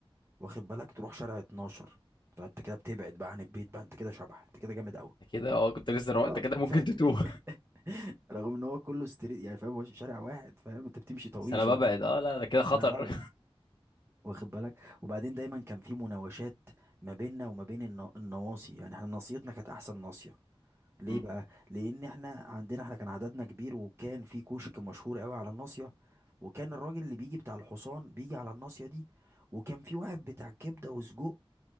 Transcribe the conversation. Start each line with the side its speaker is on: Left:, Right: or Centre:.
Right: واخد بالك تروح شارع 12 فانت كده بتبعد بقى عن البيت بقى انت كده شبح انت كده جامد قوي
Left: انت كده اه كنت لسه
Right: اه
Left: رو... انت كده ممكن
Right: فاهم
Left: تتوه
Right: <laughs> رغم ان هو كله ستريت يعني فاهم هو شارع واحد فاهم انت بتمشي طويل
Left: بس انا
Right: شويه
Left: ببعد اه لا ده كده خطر
Right: انا ببعد واخد بالك وبعدين دايما كان في مناوشات ما بيننا وما بين النا- النواصي يعني احنا ناصيتنا كانت احسن ناصيه ليه
Left: امم
Right: بقى لان احنا عندنا احنا كان عددنا كبير وكان في كشك مشهور قوي على الناصيه وكان الراجل اللي بيجي بتاع الحصان بيجي على الناصيه دي وكان في واحد بتاع كبده وسجق